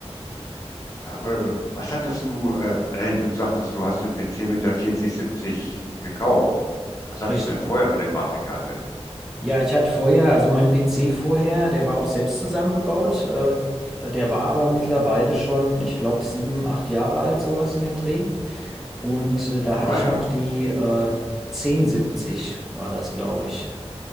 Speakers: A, on the left (about 30°); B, in the centre.
A: Aber äh, was hattest du, äh, äh, du sagtest, du hast den PC mit der 4070 gekauft. Was hattest
B: Richtig.
A: du denn vorher
B: Ja,
A: für eine Grafikkarte?
B: Ja, ich hatte vorher, also mein PC vorher, der war auch selbst zusammengebaut. Äh, d- der war aber mittlerweile schon, ich glaube, sieben, acht Jahre alt, sowas in dem Dreh. Und äh, da
A: Ah
B: hatte ich
A: ja,
B: noch die äh, 1070 war das, glaube ich.